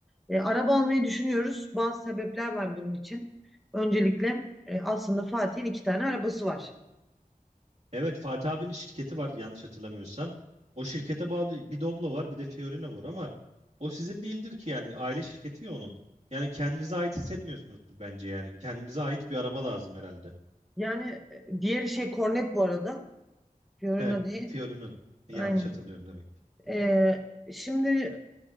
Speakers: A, in the centre; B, on the right (about 45°).
A: E, araba almayı düşünüyoruz. Bazı sebepler var bunun için. Öncelikle e, aslında Fatih'in iki tane arabası var.
B: Evet Fatih abinin şirketi var yanlış hatırlamıyorsam. O şirkete bağlı bir Doblo var bir de Fiorino var ama o sizin değildir ki yani aile şirketi ya onun. Yani kendinize ait hissetmiyorsunuzdur bence yani. Kendinize ait bir araba lazım herhalde.
A: Yani e, diğeri şey Cornet bu arada. Fiorino
B: Evet,
A: değil.
B: Fiorino yanlış
A: Aynen.
B: hatırlıyorum demek ki.
A: Ee, şimdi